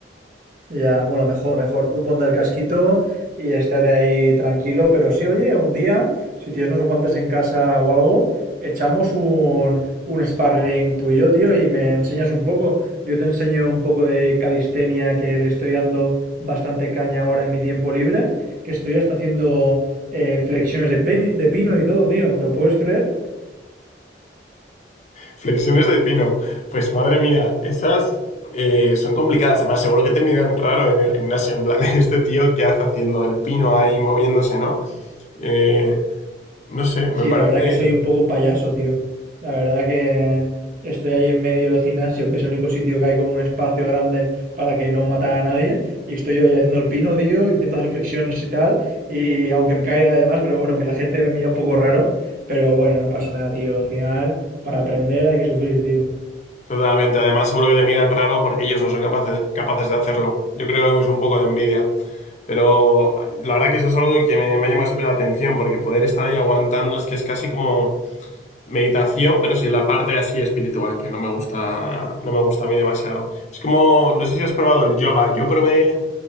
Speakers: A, on the right; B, on the left.
A: Ya, bueno, mejor, mejor. Tú ponte el casquito y estate ahí tranquilo, pero sí, oye, un día, si tienes unos guantes en casa o algo, echamos un, un sparring tú y yo, tío, y me enseñas un poco. Yo te enseño un poco de calistenia que le estoy dando bastante caña ahora en mi tiempo libre, que estoy hasta haciendo eh, flexiones de, peni- de pino y todo, tío. ¿Te lo puedes creer?
B: Flexiones de pino. Pues madre mía, esas eh, son complicadas. Además, seguro que te miran raro en el gimnasio. En plan, <laughs> este tío, ¿qué hace haciendo el pino ahí moviéndose, no? Eh, no sé,
A: Sí,
B: me parece
A: la verdad que soy un poco payaso, tío. La verdad que estoy ahí en medio del gimnasio, que es el único sitio que hay como un espacio grande para que no matar a nadie. Y estoy yo ahí haciendo el pino, tío, intento hacer flexiones y tal. Y aunque me caiga y demás, pero bueno, que la gente me mira un poco raro. Pero bueno, no pasa nada, tío. Al final, para aprender hay que sufrir, tío.
B: totalmente. Además, seguro que te miran raro porque ellos no son capaces, capaces de hacerlo. Yo creo que es un poco de envidia. Pero la verdad que eso es algo que me, me ha llamado siempre la atención, porque poder estar ahí aguantando es que es casi como meditación, pero sin la parte así espiritual, que no me gusta, no me gusta a mí demasiado. Es como, no sé si has probado el yoga. Yo probé